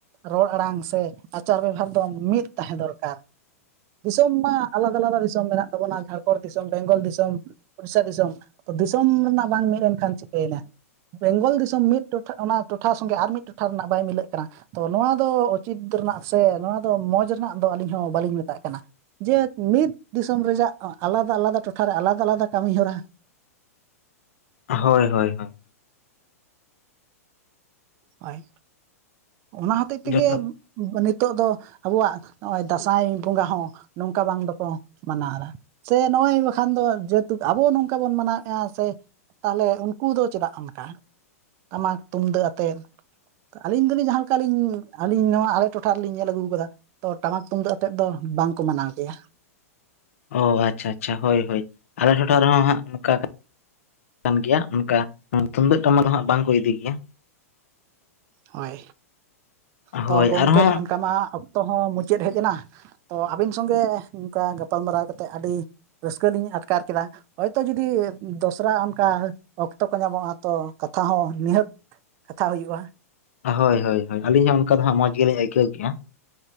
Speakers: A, on the right; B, on the left.
A: ᱨᱚᱲ ᱟᱲᱟᱝ ᱥᱮ ᱟᱪᱟᱨ ᱵᱮᱵᱷᱟᱨ ᱫᱚ ᱢᱤᱫ ᱛᱟᱦᱮᱸ ᱫᱚᱨᱠᱟᱨ ᱫᱤᱥᱚᱢ ᱢᱟ ᱟᱞᱟᱫᱟ ᱟᱞᱟᱫᱟ ᱫᱤᱥᱚᱢ ᱢᱮᱱᱟᱜ ᱛᱟᱵᱚᱱᱟ ᱡᱷᱟᱲᱠᱷᱚᱸᱰ ᱫᱤᱥᱚᱢ ᱵᱮᱝᱜᱚᱞ ᱫᱤᱥᱚᱢ ᱩᱲᱤᱥᱟ ᱫᱤᱥᱚᱢ ᱛᱚ ᱫᱤᱥᱚᱢ ᱨᱮᱱᱟᱜ ᱵᱟᱝ ᱢᱤᱫ ᱮᱱᱠᱷᱟᱱ ᱪᱤᱠᱟᱹᱭᱮᱱᱟ? ᱵᱮᱝᱜᱚᱞ ᱫᱤᱥᱚᱢ ᱢᱤᱫ ᱴᱚᱴᱷᱟ ᱚᱱᱟ ᱴᱚᱴᱷᱟ ᱥᱚᱸᱜᱮ ᱟᱨ ᱢᱤᱫ ᱴᱚᱴᱷᱟ ᱨᱮᱱᱟᱜ ᱵᱟᱭ ᱢᱤᱞᱟᱹᱜ ᱠᱟᱱᱟ᱾ ᱛᱚ ᱱᱚᱣᱟ ᱫᱚ ᱩᱪᱤᱛ ᱨᱮᱱᱟᱜ ᱥᱮ ᱱᱚᱣᱟ ᱫᱚ ᱢᱚᱡᱽ ᱨᱮᱱᱟᱜ ᱫᱚ ᱟᱹᱞᱤᱧ ᱦᱚᱸ ᱵᱟᱹᱞᱤᱧ ᱢᱮᱛᱟᱜ ᱠᱟᱱᱟ ᱡᱮ ᱢᱤᱫ ᱫᱤᱥᱚᱢ ᱨᱮᱭᱟᱜ ᱟᱞᱟᱫᱟ ᱟᱞᱟᱫᱟ ᱴᱚᱴᱷᱟᱨᱮ ᱟᱞᱟᱫᱟ ᱟᱞᱟᱫᱟ ᱠᱟᱹᱢᱤ ᱦᱚᱨᱟ
B: ᱦᱳᱭ ᱦᱳᱭ ᱦᱳᱭ
A: ᱦᱳᱭ ᱚᱱᱟ ᱦᱚᱛᱮᱜ ᱛᱮᱜᱮ
B: ᱡᱚᱛᱷᱟᱛ
A: ᱱᱤᱛᱚᱜ ᱫᱚ ᱟᱵᱚᱣᱟᱜ ᱱᱚᱜᱼᱚᱭ ᱫᱟᱸᱥᱟᱭ ᱵᱚᱸᱜᱟ ᱦᱚᱸ ᱱᱚᱝᱠᱟ ᱵᱟᱝ ᱫᱚᱠᱚ ᱢᱟᱱᱟᱣᱫᱟ ᱥᱮ ᱱᱚᱜᱼᱚᱭ ᱵᱟᱠᱷᱟᱱ ᱫᱚ ᱡᱮᱦᱮᱛᱩ ᱟᱵᱚ ᱱᱚᱝᱠᱟ ᱵᱚᱱ ᱢᱟᱱᱟᱣᱮᱫᱼᱟ ᱥᱮ ᱛᱟᱦᱚᱞᱮ ᱩᱱᱠᱩ ᱫᱚ ᱪᱮᱫᱟᱜ ᱚᱱᱠᱟ ᱴᱟᱢᱟᱠ ᱛᱩᱢᱫᱟᱹᱜ ᱟᱛᱮ ᱟᱹᱞᱤᱧ ᱫᱚᱞᱤᱧ ᱡᱟᱦᱟᱸ ᱞᱮᱠᱟᱞᱤᱧ ᱟᱹᱞᱤᱧ ᱱᱚᱣᱟ ᱟᱞᱮ ᱴᱚᱴᱷᱟ ᱨᱮᱞᱤᱧ ᱧᱮᱞ ᱟᱹᱜᱩ ᱠᱟᱫᱟ ᱛᱚ ᱴᱟᱢᱟᱠ ᱛᱩᱢᱫᱟᱹᱜ ᱟᱛᱮᱫ ᱫᱚ ᱵᱟᱝᱠᱚ ᱢᱟᱱᱟᱣ ᱜᱮᱭᱟ
B: ᱚ ᱟᱪᱪᱷᱟ ᱟᱪᱪᱷᱟ ᱦᱳᱭ ᱦᱳᱭ ᱟᱞᱮ ᱴᱚᱴᱷᱟ ᱨᱮᱦᱚᱸ ᱦᱟᱸᱜ ᱱᱚᱝᱠᱟ ᱠᱟᱱ ᱜᱮᱭᱟ ᱚᱱᱠᱟ ᱛᱩᱢᱫᱟᱹᱜ ᱴᱟᱢᱟᱠ ᱫᱚ ᱦᱟᱸᱜ ᱵᱟᱝ ᱠᱚ ᱤᱫᱤ ᱜᱮᱭᱟ
A: ᱦᱳᱭ ᱛᱚ
B: ᱦᱳᱭ
A: ᱜᱚᱢᱠᱮ
B: ᱟᱨᱦᱚᱸ
A: ᱚᱱᱠᱟ ᱢᱟ ᱚᱠᱛᱚ ᱦᱚᱸ ᱢᱩᱪᱟᱹᱫ ᱦᱮᱡ ᱮᱱᱟ ᱛᱚ ᱟᱹᱵᱤᱱ ᱥᱚᱸᱜᱮ ᱱᱚᱝᱠᱟ ᱜᱟᱯᱟᱞᱢᱟᱨᱟᱣ ᱠᱟᱛᱮᱫ ᱟᱹᱰᱤ ᱨᱟᱹᱥᱠᱟᱹ ᱞᱤᱧ ᱟᱴᱠᱟᱨ ᱠᱮᱫᱟ ᱦᱚᱭᱛᱚ ᱡᱩᱫᱤ ᱫᱚᱥᱨᱟ ᱚᱱᱠᱟ ᱚᱠᱛᱚ ᱠᱚ ᱧᱟᱢᱚᱜᱼᱟ ᱛᱚ ᱠᱟᱛᱷᱟ ᱦᱚᱸ ᱱᱤᱦᱟᱹᱛ ᱠᱟᱛᱷᱟ ᱦᱩᱭᱩᱜᱼᱟ
B: ᱦᱳᱭ ᱦᱳᱭ ᱦᱳᱭ ᱟᱹᱞᱤᱧ ᱦᱚᱸ ᱚᱱᱠᱟ ᱫᱚ ᱦᱟᱸᱜ ᱢᱚᱸᱡᱽ ᱜᱮᱞᱤᱧ ᱟᱹᱭᱠᱟᱹᱣ ᱠᱮᱜᱼᱟ,